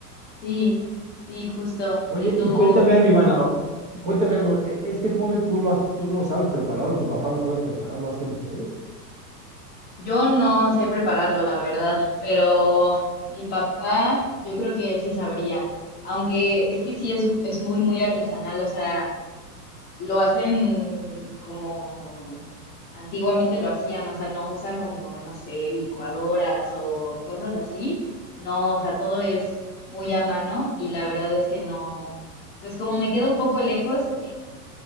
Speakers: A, on the left; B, on the right.
A: Sí, sí, justo.
B: Oye,
A: En tu,
B: y cuéntame algo, Ivana. o- Cuéntame algo. e- ¿Este mole tú lo, has- tú lo sabes preparar o tu papá lo sabe preparar? ¿Lo hacen ustedes?
A: Yo no sé prepararlo, la verdad, pero mi papá, yo creo que él sí sabría, aunque es que sí es, es muy, muy artesanal, o sea, lo hacen como antiguamente lo hacían, o sea, no usan como, no sé, licuadoras o cosas así, no, o sea, todo es muy a mano y la verdad es que no, pues como me queda un poco lejos,